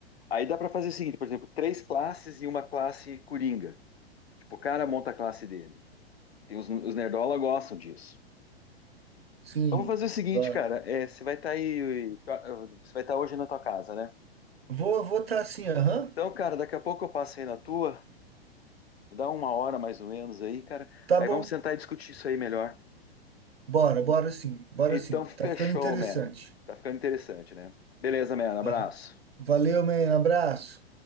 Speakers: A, on the left (about 75°); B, on the right (about 70°).
A: Aí dá para fazer o seguinte, por exemplo, três classes e uma classe coringa. Tipo, o cara monta a classe dele. Tem os, os nerdola gostam disso.
B: Sim,
A: Vamos fazer o seguinte,
B: vai.
A: cara. é, você vai estar aí, você vai estar hoje na tua casa, né?
B: Vou vou tá assim, aham.
A: Então, cara, daqui a pouco eu passo aí na tua, dá uma hora mais ou menos aí, cara.
B: Tá
A: Aí
B: bom.
A: vamos sentar e discutir isso aí melhor.
B: Bora, bora sim, bora
A: Então,
B: sim.
A: fechou,
B: Tá ficando interessante.
A: man. Tá ficando interessante, né? Beleza, man. Abraço.
B: Aham. Valeu, man. Abraço.